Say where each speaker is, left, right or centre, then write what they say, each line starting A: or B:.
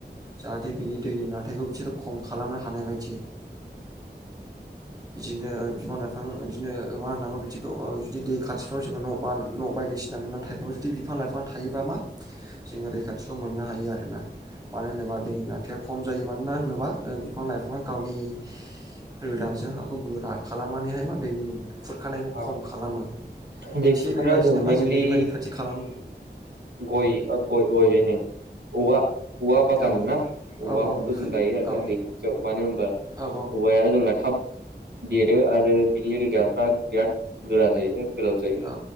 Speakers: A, on the right; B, on the right.
A: जाहाथे बिनि दैनि नारथायखौ बिसोरो खम खालामनो हानाय बायदि बिदिनो बिफां लाइफां बिदिनो मा होननांगौ बिदिखौ बिदि दै खाथिफ्राव जोङो' न' बाय बायदिसिना लुना थाइफां जुदि बिफां लाइफां थायोबा मा जोङो रैखाथिखौ मोननो हायो आरोना मानो होनोबा दैनि नारथाया खम जायो मानोना होनोबा बिफां लाइफाङा गावनि रोदाजों हाखौ गोरा खालामनानैहाय मा दैनि खुरखानायखौ
B: औ
A: खम खालामो
B: दै
A: थिग
B: खुरखानायाव
A: बेबायदिनो मा
B: मेनलि
A: जों बेनिबा रैखाथि खालाम
B: गय अ गयलायनो औवा औवा बागान
A: औ
B: ना औवाफोरखौ
A: औ औ बेखौनो
B: जों गायो आरोना
A: औ
B: दै खाथियाव मानो होनबा
A: औ
B: औवाया जोंना थाब देरो आरो बिनि रोदाफ्रा बिराद गोरा जायो गोलाव जायो
A: औ